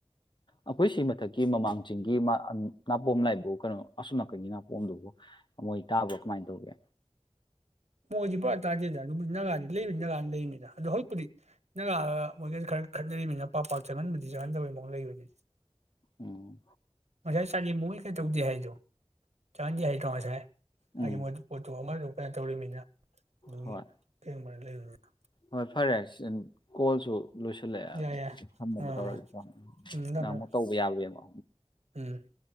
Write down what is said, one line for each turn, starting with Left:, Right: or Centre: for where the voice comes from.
Left: ꯑꯩꯈꯣꯏ ꯁꯤ ꯃꯊꯛꯀꯤ ꯃꯃꯥꯡꯁꯤꯡꯒꯤꯤꯡ ꯅꯥꯄꯣꯝ ꯂꯥꯏꯕꯨ ꯀꯩꯅꯣ ꯑꯁꯣꯝ ꯅꯥꯀꯟꯒꯤ ꯅꯥꯄꯣꯝꯗꯨꯕꯨ ꯃꯣꯏ ꯇꯥꯕ꯭ꯔꯥ ꯀꯃꯥꯏꯅ ꯇꯧꯒꯦ
Right: ꯃꯣꯏꯗꯤ ꯄꯨꯔꯥ ꯇꯥꯗꯦꯗ ꯑꯗꯨꯕꯨ ꯒꯥꯗꯤ ꯂꯩꯕꯅꯤ ꯅꯥꯒꯥꯅꯤ ꯂꯩꯔꯤꯅꯤꯅ ꯑꯗꯣ ꯍꯧꯖꯤꯛꯄꯨꯗꯤ ꯅꯥꯒꯥꯒ ꯃꯣꯏꯒ ꯈꯔ ꯈꯠꯅꯔꯤꯅꯤꯅ ꯄꯥꯛ ꯄꯥꯛ ꯆꯪꯍꯟꯕꯗꯤ ꯆꯪꯍꯟꯗꯕꯩ ꯃꯍ ꯂꯩꯕꯅꯤꯅ
Left: ꯑꯣꯝ
Right: ꯉꯁꯥꯏ ꯆ ꯃꯨ ꯀꯩ ꯇꯧꯗꯦ ꯍꯥꯏꯗꯣ ꯆꯪꯗꯦ ꯍꯥꯏꯗꯣ ꯉꯁꯥꯏ ꯍꯥꯏꯦ
Left: ꯎꯝ
Right: ꯃꯣꯏ ꯄꯣꯠꯇꯆ ꯀꯩꯅ ꯇꯧꯔꯤꯕꯃꯤꯅ ꯅꯨ
Left: ꯍꯣꯏ
Right: ꯀ ꯃꯔꯔ ꯂꯩ
Left: ꯍꯣꯏ ꯐꯔꯦ ꯀꯣꯜꯁꯨ ꯂꯣꯏꯁꯤꯜꯂꯛꯑꯦ
Right: ꯌꯥꯏ ꯌꯥꯏ
Left: ꯊꯝꯃꯅꯕ
Right: ꯑꯣ
Left: ꯇꯧꯔꯒꯦꯀ
Right: ꯎꯝ ꯊꯝꯃꯦ
Left: ꯅꯪ
Right: ꯊꯝꯃꯦ
Left: ꯑꯃꯨꯛ ꯇꯧꯕ ꯌꯥꯕꯡꯕꯣ
Right: ꯎꯝ